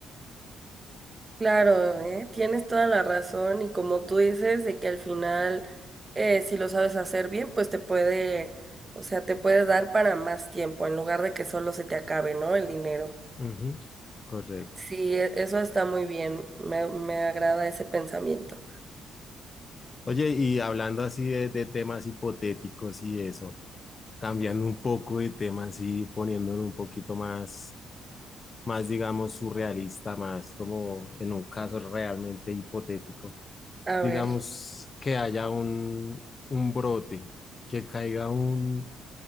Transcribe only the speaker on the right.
Claro, ¿eh? Tienes toda la razón y como tú dices, de que al final, eh, si lo sabes hacer bien, pues te puede, o sea, te puede dar para más tiempo en lugar de que solo se te acabe, ¿no? El dinero.
Sí, e- eso está muy bien, me, me agrada ese pensamiento.
A
ver,